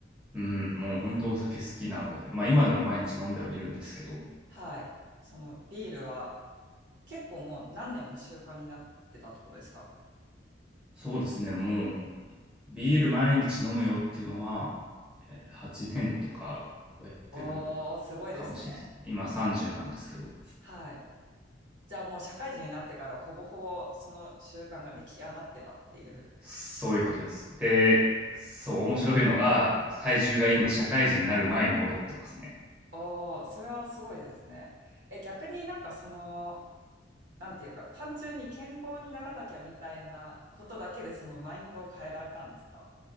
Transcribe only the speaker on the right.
はい。そのビールは結構もう何年も習慣になってたってことですか
おー、すごいですね。
はい。じゃあもう社会人になってからほぼほぼその習慣が出来上がってたっていう。
おー、それはすごいですね。え、逆になんかその、なんていうか、単純に健康にならなきゃみたいなことだけでそのマインドを変えられたんですか